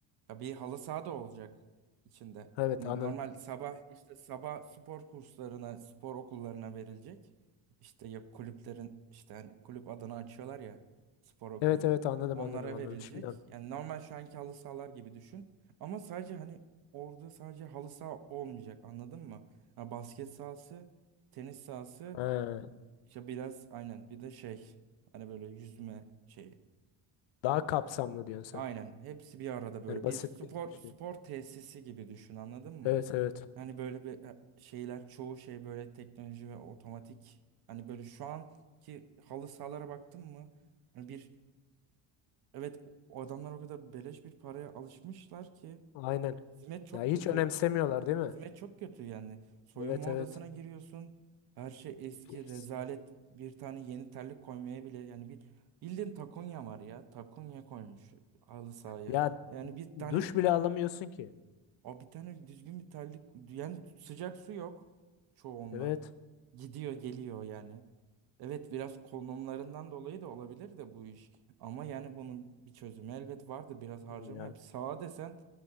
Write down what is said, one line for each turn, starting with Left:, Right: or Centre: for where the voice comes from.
Right: Ya bir halı saha da olacak içinde.
Left: Evet
Right: Hani
Left: anı.
Right: normal sabah işte sabah spor kurslarına, spor okullarına verilecek. İşte ya kulüplerin işte hani kulüp adını açıyorlar ya spor okulu.
Left: Evet evet anladım
Right: Onlara
Left: anladım anladım.
Right: verilecek.
Left: Şimdi anladım.
Right: Yani normal şu anki halı sahalar gibi düşün. Ama sadece hani orada sadece halı saha olmayacak anladın mı? Ya basket sahası, tenis sahası,
Left: He,
Right: işte biraz aynen bir de şey hani böyle yüzme şeyi.
Left: daha kapsamlı diyorsun
Right: Aynen.
Left: sen.
Right: Hepsi bir arada böyle
Left: Yani basit
Right: bir spor
Left: bir şey.
Right: spor tesisi gibi düşün anladın mı?
Left: Evet evet.
Right: Hani böyle bir e, şeyler çoğu şey böyle teknoloji ve otomatik. Hani böyle şu anki halı sahalara baktın mı? Hani bir evet o adamlar o kadar beleş bir paraya alışmışlar ki
Left: Aynen.
Right: hizmet çok
Left: Ya hiç
Right: kötü.
Left: önemsemiyorlar değil mi?
Right: Hizmet çok kötü yani. Soyunma
Left: Evet evet.
Right: odasına giriyorsun. Her şey eski,
Left: Pis.
Right: rezalet. Bir tane yeni terlik koymaya bile yani bir bildiğin takonya var ya. Takonya koymuş halı sahaya.
Left: Ya
Right: Yani bir tane
Left: duş bile alamıyorsun ki.
Right: o bir tane düzgün bir terlik yani sıcak su yok çoğunda.
Left: Evet.
Right: Gidiyor geliyor yani. Evet biraz konumlarından dolayı da olabilir de bu iş. Ama yani bunun bir çözümü elbet vardı. Biraz harcama
Left: Ya
Right: yap. Sağa desen